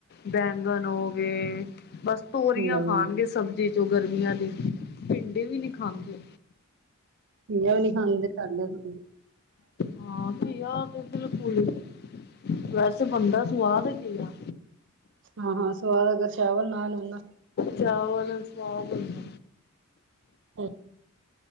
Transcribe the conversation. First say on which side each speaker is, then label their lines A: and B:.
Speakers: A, on the left; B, on the right.
A: ਬੈਂਗਨ ਹੋ ਗਏ ਬਸ ਤੋਰੀਆਂ
B: ਹਮ
A: ਖਾਣਗੇ ਸਬਜ਼ੀ। ਗਰਮੀਆਂ ਦੀ ਪਿੰਡੀ ਵੀ ਨੀ ਖਾਂਦੇ।
B: ਪਿੰਡੀਆ ਵੀ ਨਹੀਂ ਖਾਦੇ ਸਾਡੇ ਕੋਈ।
A: ਹਾਂ ਘਿਆ ਦੇ ਬਿਲਕੂਲ ਈ ਨੀ। ਵੈਸ ਬਣਦਾ ਸੁਆਦ ਏ ਘਿਆ।
B: ਹਾਂ-ਹਾਂ ਸਵਾਦ ਅਗਰ ਚਾਵਲ ਨਾਲ ਹੋਣ ਨਾ।
A: ਚਾਵਲ ਸਵਾਦ ਹੁੰਦਾ।
B: <unintelligible>